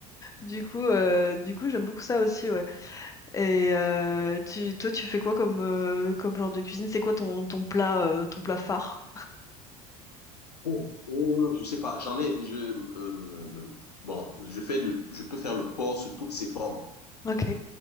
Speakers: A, on the left (about 15°); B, on the left (about 90°).
A: Du coup, euh, du coup, j'aime beaucoup ça aussi, ouais. Et euh, tu, toi, tu fais quoi comme, euh, comme genre de cuisine? C'est quoi ton, ton plat, euh, ton plat phare?
B: Oh, oh, je sais pas. J'en ai. Je euh, euh, bon, je fais le, je peux faire le port sous toutes ses formes.
A: Ok.